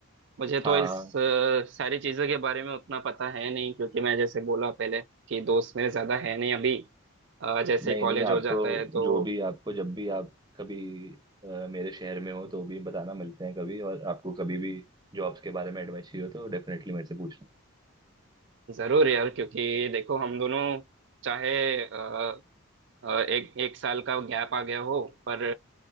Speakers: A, on the right (about 55°); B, on the right (about 20°).
A: मुझे
B: हाँ
A: तो इस
B: हाँ।
A: आ, सारी चीज़ों के बारे में उतना पता है नहीं क्योंकि मैं जैसे बोला पहले कि दोस्त मेरे ज़्यादा है नहीं अभी आ, जैसे
B: नहीं
A: कॉलेज
B: नहीं आपको
A: हो जाता है तो
B: जो भी आपको जब भी आप कभी अ, मेरे शहर में हो तो भी बताना मिलते हैं कभी और आपको कभी भी जॉब्स के बारे में एडवाइस चाहिए हो तो डेफिनेटली मेरे से पूछना
A: ज़रूर यार क्योंकि देखो हम दोनों चाहे आ, आ, एक एक साल का गैप आ गया हो पर